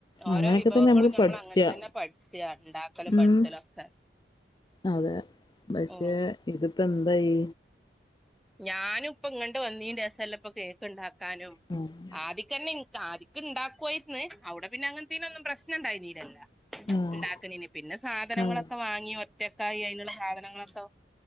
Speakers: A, in the centre; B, on the left.
A: ഓരോ
B: അങ്ങനെയൊക്കെ
A: വിഭവങ്ങളും
B: തന്നെ നമ്മള്
A: നമ്മൾ
B: പഠിച്ചാ
A: അങ്ങൻതന്നെ പട്ച്ച ഇണ്ടാക്കലും
B: ഉം
A: പട്ച്ചലൊക്കെ.
B: അതെ പക്ഷേ
A: ഉം
B: ഇതിപ്പൊ എന്തായി.
A: ഞാനും ഇപ്പങ്ങട്ട് വന്നീന്റേസല്ലെ ഇപ്പൊ കേക്ക്ണ്ടാക്കാനും.
B: ഹ്മ്.
A: ആദ്യിക്കെന്നെ ഇൻക് ആദ്യക്ക്ണ്ടാക്കോര്ന്ന് അഉടെ പിന്നെ അങ്ങൻത്തീനൊന്നും പ്രശ്നം ഇണ്ടായിര്ന്നീലല്ലോ.
B: ആഹ്
A: ഇണ്ടാക്ക്ണീന് പിന്നെ സാധനങ്ങളൊക്കെ
B: ആഹ്
A: വാങ്ങി ഒറ്റക്കായി അയ്നുള്ള സാധനങ്ങളൊക്കെ വാ.